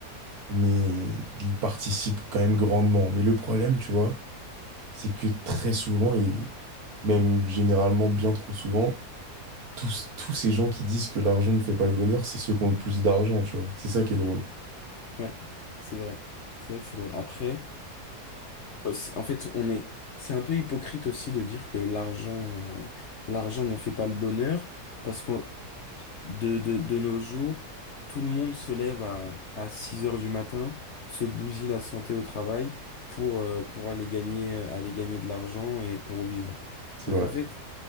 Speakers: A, on the right; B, on the left.
A: mais il participe quand même grandement. Mais le problème, tu vois, c'est que très souvent, et même généralement bien trop souvent, tous, tous ces gens qui disent que l'argent ne fait pas le bonheur, c'est ceux qui ont le plus d'argent, tu vois. C'est ça qui est drôle.
B: Ouais, c'est vrai. C'est vrai que c'est drôle. Après... Euh, c'est- En fait, on est, c'est un peu hypocrite aussi de dire que l'argent, euh, l'argent ne fait pas le bonheur, parce que de, de, de nos jours, tout le monde se lève à, à 6 heures du matin, se bousille la santé au travail pour, euh, pour aller gagner, aller gagner de l'argent et pour vivre.
A: C'est
B: Donc
A: vrai.
B: en fait,